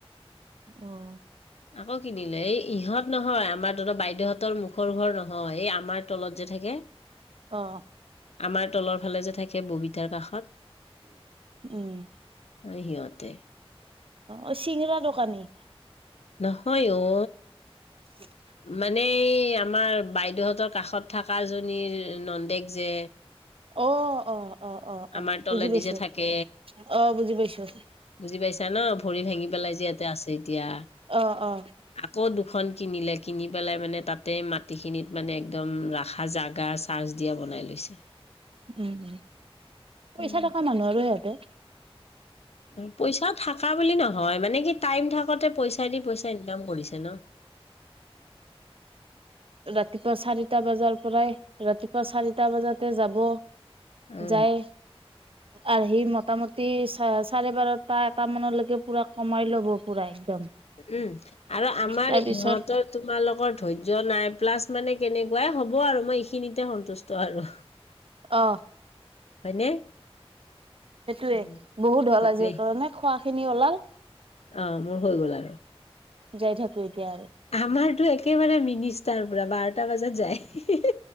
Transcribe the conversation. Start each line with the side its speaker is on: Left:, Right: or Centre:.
Right: অ'
Left: আকৌ কিনিলে এই ইহঁত নহয় আমাৰ তহঁতৰ বাইদেউহঁতৰ মুখৰ ঘৰ নহয় এই আমাৰ তলত যে থাকে
Right: অ'
Left: আমাৰ তলৰ ফালে যে থাকে ববিতাৰ কাষত
Right: উম
Left: এ সিহঁতে
Right: অ' চিংৰা দোকানী
Left: নহয় অ'
Right: <inaudible>
Left: মানে এই আমাৰ বাইদেউহঁতৰ কাষত থাকাজনীৰ নন্দেক যে
Right: অ' অ অ অ অ
Left: আমাৰ তলেদি
Right: বুজি পাইছোঁ
Left: যে থাকে
Right: অ বুজি পাইছোঁ।
Left: বুজি পাইছা ন ভৰি ভাঙি পেলাই যে ইয়াতে আছে এতিয়া
Right: অ অ
Left: আকৌ দুখন কিনিলে কিনি পেলাই মানে তাতে মাটিখিনিত মানে একদম ৰাখা জাগা <unintelligible> দিয়া বনাই লৈছে
Right: উম উম পইচা
Left: উম।
Right: থকা মানুহ আৰু সিহঁতে
Left: পইচাও থাকা বুলি নহয় মানে কি টাইম থাকোতে পইচা দি পইচা ইনকাম কৰিছে ন
Right: ৰাতিপুৱা চাৰিটা বাজাৰ পৰাই ৰাতিপুৱা চাৰিটা বাজাতে যাব,
Left: উম
Right: যায় আহি মটামটি চা চাৰে বাৰটা এটা মানলৈকে পুৰা কমাই ল'ব পুৰা একদম
Left: উম আৰু আমাৰ
Right: তাৰপিছত
Left: ইহঁতৰ তোমালোকৰ ধৈৰ্য নাই প্লাছ মানে কেনেকুৱা এ হ'ব আৰু মই এইখিনিতে সন্তুষ্ট আৰু
Right: অ
Left: হয়নে
Right: সেইটোৱেই
Left: উম।
Right: বহুত হ'ল
Left: সেইটোৱে
Right: আজিৰ কাৰণে খোৱা খিনি ওলাল
Left: অ' মোৰ হৈ গ'ল আৰু
Right: যায় থাকোঁ এতিয়া আৰু
Left: আমাৰতো একেবাৰে মিনিষ্টাৰ পোৰা বাৰটা বাজাত যায়